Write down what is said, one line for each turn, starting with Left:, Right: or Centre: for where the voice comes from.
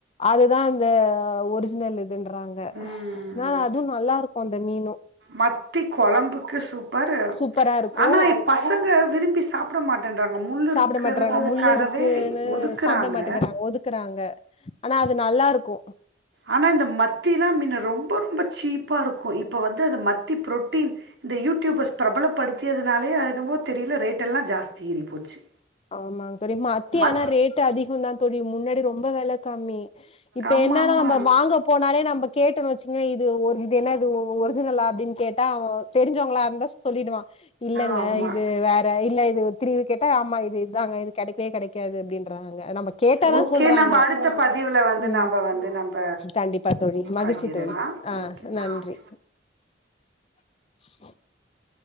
Left: அதுதா அந்த ஒரிஜினல் இதுன்றாங்க
Right: ம்
Left: ஆனால அதுவு நல்லாருக்கு அந்த மீனு
Right: மத்தி கொழம்புக்கு சூப்பர்
Left: சூப்பராருக்கு
Right: ஆனா பசங்க விரும்பி சாப் சாப்ட மாட்டேன்றாங்க முள் இருக்கிறதுக்காகவே
Left: சாப்பிட மாட்றாங்க. முள்ளு இருக்குன்னு
Right: ஒதுக்குறாங்க
Left: சாப்பிட மாட்டேங்கிறாங்க. ஒதுக்குறாங்க. ஆனா அது நல்லா இருக்கு
Right: ஆனா இந்த மத்திலா மின்ன ரொம்ப ரொம்ப சீப்பா இருக்கு இப்ப வந்து அது மத்தி புரோட்டீன் இந்த யூடியூபர்ஸ் பிரபலப்படுத்தியதுனாலயே அது என்னவோ தெரியல ரேட் எல்லா ஜாஸ்தி ஏறி போச்சு
Left: ஆமாங்க தெரிய மத்தி
Right: மத்
Left: ஆனா ரேட்டு் அதிகம்தா தோழி முன்னாடி ரொம்ப வெளக்கம்மி இப்ப
Right: ஆமா
Left: என்னன்னா
Right: ஆமா
Left: நம்ம வாங்க போனாலே நம்ம கேட்டணு வச்சுங்கோங்க இது ஒரு இது என்ன இது ஒரிஜினலா அப்டின்னு கேட்டு தா அவ்ங்க தெரிஞ்சவங்களா இருந்தா சொல்லிடுவா இல்லங்க
Right: ஆமா
Left: இது வேற இல்ல இது திரிவு கேட்ட ஆமா இதாங்க இது கெடைக்கவே கெடைக்காது அப்டின்றாங்கங்க நம்ம கேட்டதா
Right: ஓகே
Left: சொல்றாங்க
Right: நம்ம அடுத்த பதிவுல வந்து
Left: உ
Right: நாம வந்து நம்ம
Left: கண்டிப்பா தோழி மகிழ்ச்சி
Right: பகிரலாம்
Left: தோழி ஆ
Right: ஓகே மகிழ்ச்சி
Left: நன்றி <inaudible>